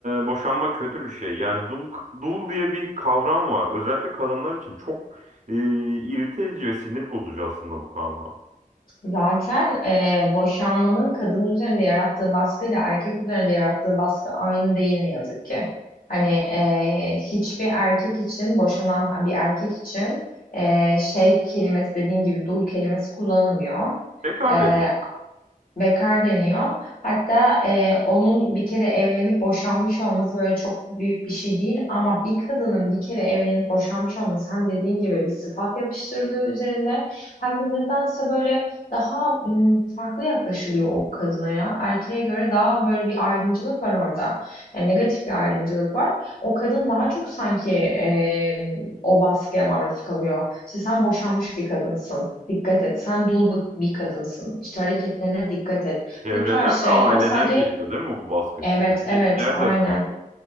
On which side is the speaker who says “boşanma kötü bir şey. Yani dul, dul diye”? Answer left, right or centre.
Right